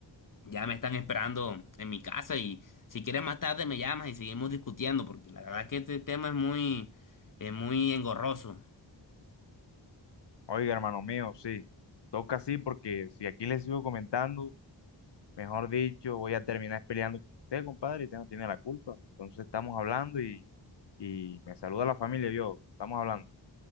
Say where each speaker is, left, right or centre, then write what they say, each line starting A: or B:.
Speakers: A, on the left; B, on the left.
A: ya me están esperando en mi casa y si quieres más tarde me llamas y seguimos discutiendo porque la verdad que este tema es muy, es muy engorroso.
B: Oiga, hermano mío, sí, toca así porque si aquí le sigo comentando, mejor dicho, voy a terminar peleando con usted, compadre, y usted no tiene la culpa. Entonces estamos hablando y, y me saluda la familia y yo, estamos hablando,